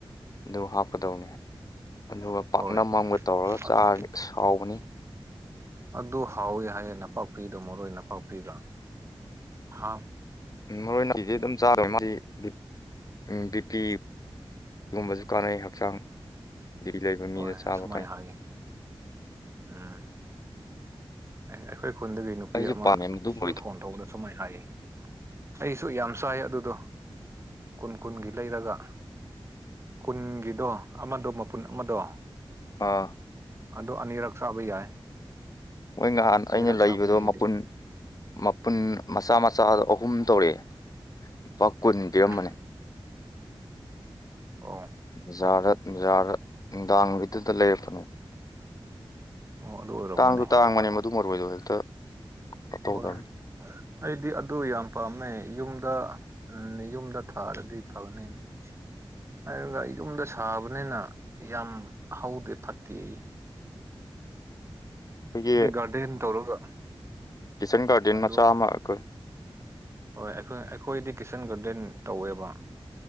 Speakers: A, on the left; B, on the right.
A: ꯑꯗꯨ ꯍꯥꯞꯀꯗꯧꯅꯤ ꯑꯗꯨꯒ ꯄꯥꯛꯅꯝ
B: ꯍꯣꯏ
A: ꯑꯃꯒ ꯇꯧꯔꯒ ꯆꯥꯔꯗꯤ
B: ꯑꯗꯨ
A: ꯍꯧꯕꯅꯤ
B: ꯑꯗꯨ ꯍꯥꯎꯋꯤ ꯍꯥꯏꯌꯦ ꯅꯄꯥꯛꯄꯤꯗꯣ ꯃꯔꯣꯏ ꯅꯄꯥꯛꯄꯤꯗ ꯍꯥ
A: ꯃꯔꯣꯏ <unintelligible> ꯕꯤꯄꯤꯒꯨꯝꯕꯁꯨ ꯀꯥꯟꯅꯩ ꯍꯛꯆꯥꯡ ꯕꯤ ꯄꯤ ꯂꯩꯕ
B: ꯍꯣꯏ
A: ꯃꯤꯗ
B: ꯑꯁꯨꯃꯥꯏ
A: ꯆꯥꯕ ꯀꯥꯟꯅꯩ
B: ꯍꯥꯏꯌꯦ ꯎꯝ ꯑꯩꯈꯣꯏ ꯈꯨꯟꯗꯒꯤ ꯅꯨꯄꯤ
A: ꯑꯩꯁꯨ
B: ꯑꯃ
A: ꯄꯥꯝꯃꯦ ꯃꯗꯨꯝꯕꯩꯗꯣ
B: ꯐꯣꯟ ꯇꯧꯕꯗ ꯁꯨꯃꯥꯏꯅ ꯍꯥꯏꯌꯦ ꯑꯩꯁꯨ ꯌꯥꯝ ꯆꯥꯏ ꯑꯗꯨꯗꯣ ꯀꯨꯟ ꯀꯨꯟꯒꯤ ꯂꯩꯔꯒ ꯀꯨꯟꯒꯤꯗꯣ ꯑꯃꯗꯣ ꯄꯨꯟ ꯑꯃꯗꯣ
A: ꯑꯥ
B: ꯑꯗꯨ ꯑꯅꯤꯔꯛ ꯆꯥꯕ ꯌꯥꯏ
A: ꯃꯣꯏ ꯅꯍꯥꯟ
B: ꯑꯅꯤꯔꯛ
A: ꯑꯩꯅ ꯂꯩꯕꯗꯣ
B: ꯆꯥꯕꯅꯦ ꯑꯩꯗꯤ
A: ꯃꯄꯨꯟ ꯃꯄꯨꯟ ꯃꯆꯥ ꯃꯆꯥ ꯑꯍꯨꯝ ꯇꯧꯔꯛꯑꯦ ꯂꯨꯄꯥ ꯀꯨꯟ ꯄꯤꯔꯝꯕꯅꯤ
B: ꯎꯝ ꯑꯣ
A: <inaudible> ꯕꯖꯥꯔ ꯅꯨꯡꯗꯥꯡꯒꯤꯗꯨꯗ ꯂꯩꯔꯛꯄꯅꯦ
B: ꯑꯣ ꯑꯗꯨ ꯑꯣꯏꯔꯝꯒꯅꯦ
A: ꯇꯥꯡꯁꯨ ꯇꯥꯡꯕꯅꯦ ꯃꯗꯨ ꯃꯔꯣꯏꯗꯣ ꯍꯦꯛꯇ ꯇꯧꯗꯕꯅꯤ
B: ꯍꯣꯏ ꯑꯩꯗꯤ ꯑꯗꯨ ꯌꯥꯝ ꯄꯥꯝꯅꯩ ꯌꯨꯝꯗ ꯎꯝ ꯌꯨꯝꯗ ꯊꯥꯔꯗꯤ ꯐꯛꯅꯤꯅ ꯍꯥꯏꯔꯒ ꯌꯨꯝꯗ ꯁꯥꯕꯅꯤꯅ ꯌꯥꯝ ꯍꯧꯗꯦ ꯐꯠꯇꯦ ꯑꯩ
A: ꯑꯩꯈꯣꯏꯒꯤ
B: ꯒꯥꯔꯗꯦꯟ ꯇꯧꯔꯒ
A: ꯀꯤꯠꯆꯟ ꯒꯥꯔꯗꯦꯟ
B: ꯑꯗꯨ
A: ꯃꯆꯥ ꯑꯃ ꯑꯩꯈꯣꯏ
B: ꯍꯣꯏ ꯑꯩꯈꯣꯏ ꯑꯩꯈꯣꯏꯗꯤ ꯀꯤꯠꯆꯟ ꯒꯥꯔꯗꯦꯟ ꯇꯧꯋꯦꯕ